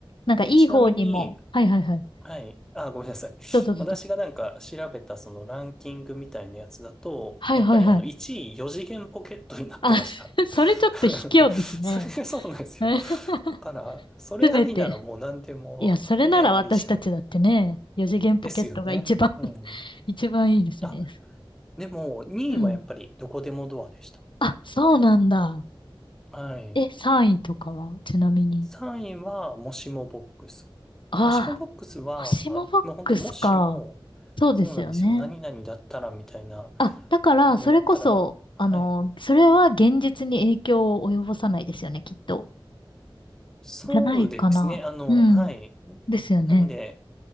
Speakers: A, on the left; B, in the centre.
A: なんか、
B: で、
A: いい方にも。
B: ちなみに、
A: はい、はい、はい。
B: はい。あ、ごめんなさい。
A: どうぞ、どうぞ。
B: 私がなんか調べたそのランキングみたいなやつだと、
A: はい、
B: やっぱりあの1位4次元ポケットになってました。
A: はい、はい。あ、<laughs> それちょっと卑怯ですね。
B: <laughs> それがそうなんですよ。
A: <laughs>
B: だから、それありならもう何でもね、
A: すべて。いや、それなら私たちだってね、
B: ありじゃん。
A: 四次元ポケットが一番
B: ですよね。うん。
A: <laughs> 一番いいですね。
B: あ、でも2位はやっぱりどこでもドアでした。
A: うん。あ、そうなんだ。
B: はい。
A: え、3位とかは、ちなみに。
B: 3位はもしもボックス。
A: あ
B: もしもボックスは、
A: あ、もしもボックスか。
B: もう本当もしも、
A: そうですよね。
B: そうなんですよ。何々だったらみたいな。
A: あ、だから、
B: のやったら、
A: それこそ、
B: はい。
A: あの、それは現実に影響を及ぼさないですよね、きっと。
B: そうですね。
A: じゃないかな。
B: あの、
A: うん。
B: はい。
A: ですよね。
B: なんで、